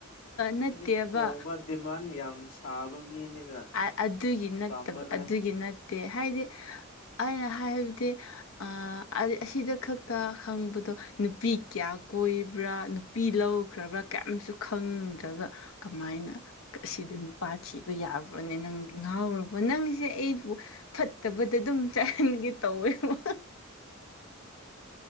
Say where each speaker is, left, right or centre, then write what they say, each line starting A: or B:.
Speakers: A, on the left; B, on the left.
A: ꯅꯠꯇꯦꯕ
B: ꯗꯤ ꯄꯣꯡꯕ ꯗꯤꯃꯥꯟ ꯌꯥꯝ ꯁꯥꯕ ꯃꯤꯅꯤꯅ
A: ꯑ ꯑꯗꯨꯒꯤ ꯅꯠꯇꯕ
B: ꯄꯥꯝꯃꯔꯣꯏ
A: ꯑꯗꯨꯒꯤ ꯅꯠꯇꯦ ꯍꯥꯏꯗꯤ ꯑꯩꯅ ꯍꯥꯏꯕꯗꯤ ꯑ ꯑꯗ ꯑꯁꯤꯗ ꯈꯛꯇ ꯈꯪꯕꯗꯣ ꯅꯨꯄꯤ ꯀꯌꯥ ꯀꯣꯏꯕ꯭ꯔꯥ ꯄꯤ ꯂꯧꯈ꯭ꯔꯕ꯭ꯔꯥ ꯀꯩꯝꯁꯨ ꯈꯪꯗ꯭ꯔꯒ ꯀꯃꯥꯏꯅ ꯑꯁꯤꯗ ꯅꯨꯄꯥ ꯊꯤꯕ ꯌꯥꯕ꯭ꯔꯣꯅꯦ ꯅꯪ ꯉꯥꯎꯔꯕꯣ ꯅꯪꯁꯦ ꯑꯩꯕꯨ ꯐꯠꯇꯕꯗ ꯑꯗꯨꯝ ꯆꯥꯏꯍꯟꯒꯦ ꯇꯧꯋꯦꯕ ꯍꯍꯥ